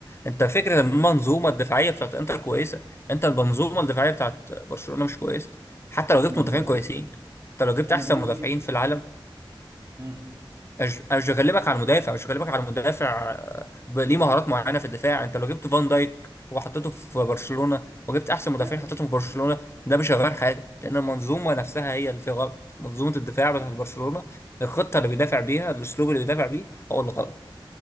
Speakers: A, on the left (about 30°); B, on the right (about 30°).
A: أنت فكرة إن المنظومة الدفاعية بتاعت إنتر كويسة أنت المنظومة الدفاعية بتاعت برشلونة مش كويسة حتى لو
B: ما
A: جبت
B: انا
A: مدافعين
B: بقول لك
A: كويسين أنت لو جبت
B: انا
A: أحسن
B: بقول
A: مدافعين
B: لك هي
A: في العالم
B: امم
A: أج- اشغلبك على المدافع اشغلبك على المدافع آه، ب- ليه مهارات معينه في الدفاع انت لو جبت فان دايك وحطيته في برشلونه وجبت احسن
B: بيلعب
A: مدافعين حطيتهم في برشلونه ده مش هيغير حاجه لان المنظومه نفسها هي اللي فيها غلط منظومه الدفاع بتاعت
B: أيوة.
A: برشلونه الخطه اللي بيدافع بيها الاسلوب اللي بيدافع بيه هو اللي غلط